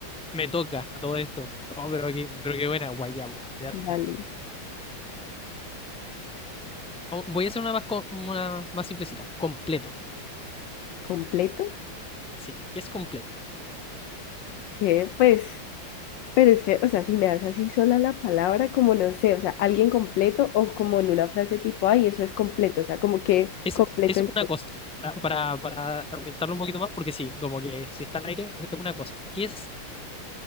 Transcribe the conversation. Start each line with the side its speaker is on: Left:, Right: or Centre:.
Centre: me toca todo esto. Oh, pero qué, pero qué buena, guayabo. Ya,
Left: Dale,
Centre: oh, Voy a hacer una más, co- una más simplecita. Completo.
Left: completo,
Centre: Sí, es completo.
Left: que pues, pero es que, o sea, si me das así sola la palabra, como no sé, o sea, alguien completo o como en una frase tipo, ay, eso es completo, o sea, como que
Centre: Es,
Left: completo
Centre: es
Left: en
Centre: una
Left: qué,
Centre: cosa. Para, para, para ambientarlo un poquito más, porque sí, como que si está al aire, es una cosa. ¿Qué es